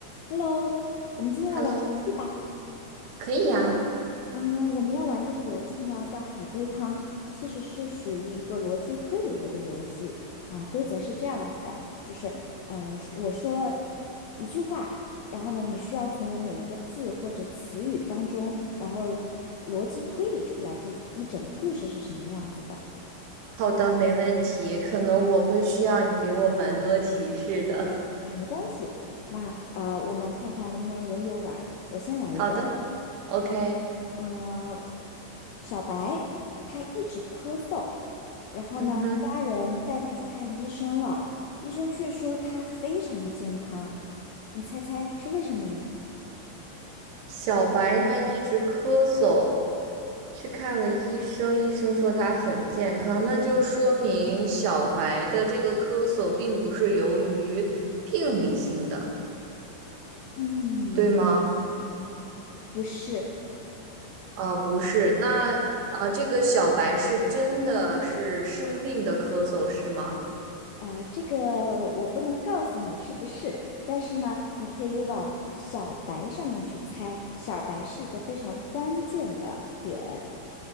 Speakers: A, on the left; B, on the right.
A: Hello，我们今天来玩游戏吧。
B: Hello，可以呀。
A: 嗯，我们要玩这个游戏呢，叫海龟汤，其实是属于一个逻辑推理类的游戏。啊、规则是这样子的，就是呃，我说一句话，然后呢，你需要从我每一个字或者词语当中，然后逻辑推理出来这一整个故事是什么样子的。
B: 好的，没问题。可能我会需要你给我蛮多提示的。
A: 啊，没关系，那呃，我们看看能不能轮流玩儿。我先来一个吧。
B: <laughs> 好的，OK。
A: 呃，小白他一直咳嗽，然后呢，
B: 嗯哼，
A: 家人带他去看医生了，医生却说他非常的健康。你猜猜是为什么呀？
B: 小白他一直咳嗽，去看了医生，医生说他很健康，那就说明小白的这个咳嗽并不是由于病理性的，
A: 嗯，
B: 对吗？
A: 不是
B: 啊、不是，那啊、呃这个小白是真的是生病的咳嗽，是吗？
A: 啊，这个我不能告诉你是不是，但是呢，你可以往小白上面去猜，小白是一个非常关键的点。